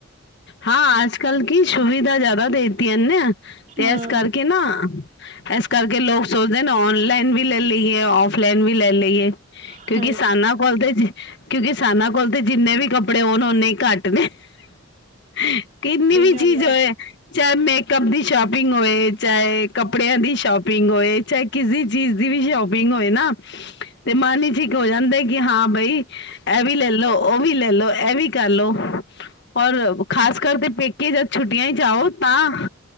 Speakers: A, on the left; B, on the right.
A: ਹਾਂ ਅੱਜ ਕੱਲ ਕੀ ਸੁਵਿਧਾ ਜ਼ਿਆਦਾ ਦੇਤੀ ਹਨ ਨਾ ਤੇ
B: ਹਾਂ
A: ਇਸ ਕਰਕੇ ਨਾ ਇਸ ਕਰਕੇ ਲੋਕ ਸੋਚ ਨ ਔਨਲਾਈਨ ਵੀ ਲੈ ਲਈ ਹੈ ਔਫਲਾਈਨ ਵੀ ਲੈ ਲਈਏ
B: ਹਾਂਜੀ
A: ਕਿਉਂਕਿ ਸਾਨਾਂ ਕੋਲ ਤਾਂ ਕਿਉਂਕਿ ਸਾਨਾਂ ਕੋਲ ਤਾਂ ਜਿੰਨੇ ਵੀ ਕੱਪੜੇ ਹੋਣ ਓਨੇ ਘੱਟ ਨੇ ਹਾਂ ਕਿਨੀ
B: ਸਹੀ
A: ਵੀ
B: ਗੱਲ
A: ਚੀਜ਼ ਹੋ ਹੈ ਚਾਹੇ ਮੇਕਅਪ ਦੀ ਸ਼ੋਪਿੰਗ ਹੋਏ ਚਾਹੇ ਕੱਪੜਿਆਂ ਦੀ ਸ਼ੋਪਿੰਗ ਹੋਏ ਚਾਹੇ ਕਿਸੇ ਚੀਜ਼ ਦੀ ਵੀ ਸ਼ੋਪਿੰਗ ਹੋਏ ਨਾ ਤੇ ਮਨ ਹੀ ਠੀਕ ਹੋ ਜਾਂਦਾ ਕਿ ਹਾਂ ਬਾਈ ਇਹ ਵੀ ਲੈਲੋ ਵੀ ਲੈਲੋ ਇਹ ਵੀ ਕਰਲੋ ਔਰ ਖਾਸ ਕਰਕੇ ਪੇਕੇ ਜਦ ਛੁੱਟੀਆਂ ਹੀ ਜਾਓ ਤਾਂ